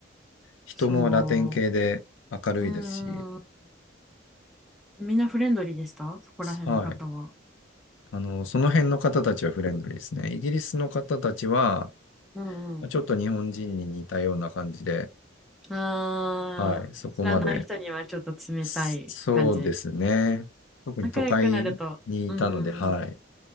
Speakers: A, on the left (about 80°); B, in the centre.
A: 人もラテン系で明るいですし、
B: そう。うーん。みんなフレンドリーでしたそこら辺の方は。
A: はい。あの、その辺の方たちはフレンドリーですね。イギリスの方たちは、
B: うんうん。
A: まあちょっと日本人に似たような感じで、
B: あー、
A: はい、そこまで。
B: 知らない人にはちょっと冷たい感じ。
A: そそうですね。特に都会にいたので、
B: 仲良くなると。うんうんうん。
A: はい、